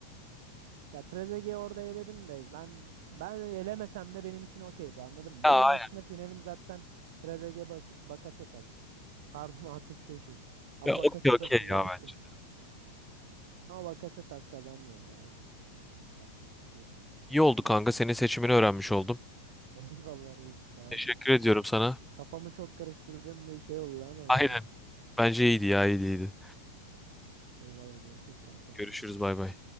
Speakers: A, on the right; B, in the centre.
A: Ya Trezeguet'i orada eledim de ben ben elemesem de benim için okeydi anladın mı?
B: Ya
A: Benim
B: aynen.
A: aslında finalim zaten Trezeguet bak Bakasetas. Pardon <laughs> Atıf Şeşu. Ama
B: Ya
A: Bakasetas'a
B: okey okey
A: da
B: ya
A: gittim.
B: bence.
A: Ama Bakasetas kazandı ya. Yapacak bir şey yok.
B: İyi oldu kanka. Senin seçimini öğrenmiş oldum.
A: <laughs> Eyvallah reis sağ
B: Teşekkür
A: ol.
B: ediyorum sana.
A: Kafamı çok karıştırdığım bir şey oldu ama
B: Aynen.
A: iyiydi.
B: Bence iyiydi ya iyiydi iyiydi.
A: Eyvallah görüşürüz kanka.
B: Görüşürüz bay bay.